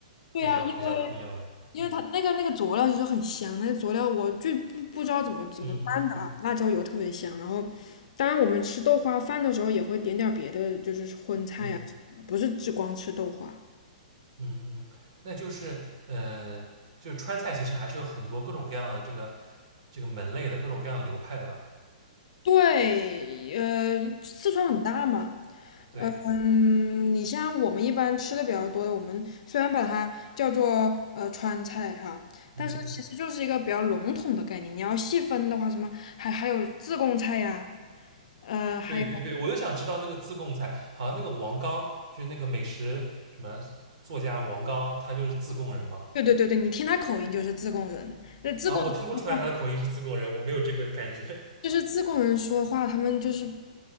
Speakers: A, on the left (about 60°); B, on the right (about 55°).
A: 对呀、
B: 比较比较不一样的。
A: 啊因为。因为它那个那个佐料其实很香，
B: 嗯
A: 那个佐料我就不不知道怎么怎么拌的啊，
B: 嗯嗯嗯
A: 辣椒油特别香。然后，当然我们吃豆花饭的时候也会点点儿别的，就是荤菜啊什么的，
B: 嗯
A: 不是只光吃豆花。
B: 嗯嗯，那就是呃，就是川菜其实还是有很多各种各样的这个这个门类的各种各样的流派的吧？
A: 对，呃，四川很大嘛，
B: 对，
A: 呃嗯，你像我们一般吃的比较多的，我们虽然把它叫做呃川菜哈，
B: 嗯嗯，
A: 但是其实就是一个比较笼统的概念。你要细分的话，什么还还有自贡菜呀、呃，还有。
B: 对对对，我就想知道那个自贡菜，好像那个王刚就是那个美食什么作家王刚，他就是自贡人嘛。
A: 对对对对，你听他口音就是自贡人。那自贡人说话，
B: 啊，我听不出来他的口音是自贡人，我没有这个感觉。
A: 就是自贡人说话，他们就是